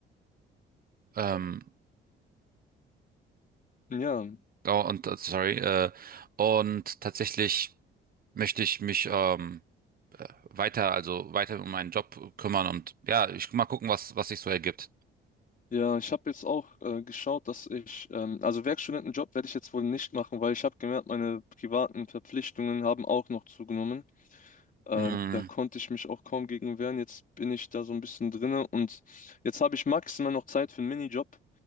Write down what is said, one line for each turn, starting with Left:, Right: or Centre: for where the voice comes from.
Right: ähm,
Left: Ja,
Right: oh, und äh, sorry, äh, und tatsächlich. möchte ich mich ähm, weiter, also weiter um meinen Job kümmern und ja, ich mal gucken, was, was sich so ergibt.
Left: ja, ich habe jetzt auch äh, geschaut, dass ich, ähm, also Werkstudentenjob werde ich jetzt wohl nicht machen, weil ich habe gemerkt, meine privaten Verpflichtungen haben auch noch zugenommen. Äh,
Right: Mhm.
Left: da konnte ich mich auch kaum gegen wehren. Jetzt bin ich da so ein bisschen drinne und jetzt habe ich maximal noch Zeit für einen Minijob.